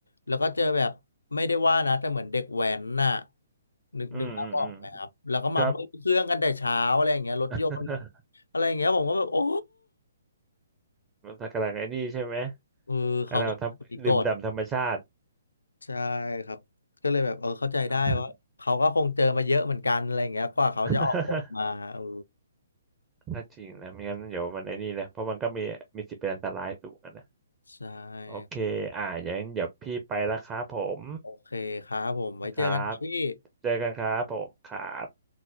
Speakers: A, on the left; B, on the right.
A: แล้วก็เจอแบบไม่ได้ว่านะแต่เหมือนเด็กแว้นน่ะนึกนึกภาพออกไหมครับแล้วก็มาเบิ้ลเครื่องกันแต่เช้าอะไรอย่างเงี้ยรถยนต์
B: อืมอืมอืมครับ <laughs>
A: อะไรอย่างเงี้ยผมก็แบบโอ้
B: มันกำลังไอ้นี่ใช่ไหม
A: เออเขาก็มีกฎ
B: กำลังทำดื่มด่ำธรรมชาติ
A: ใช่ครับก็เลยแบบเออเข้าใจได้ว่าเขาก็คงเจอมาเยอะเหมือนกันอะไรอย่างเงี้ยกว่าเขาจะออกกฎมาเออ
B: อ่า <laughs> ถ้าจริงนะไม่งั้นเดี๋ยวมันไอ้นี่นะเพราะมันก็มีมีสิทธิ์เป็นอันตรายสูงอะนะ
A: ใช่
B: โอเคอ่าอย่างนั้นเดี๋ยวพี่ไปละครับผม
A: โอเคครับผมไว้เจอกันครับพี่
B: นะครับเจอกันครับผมครับ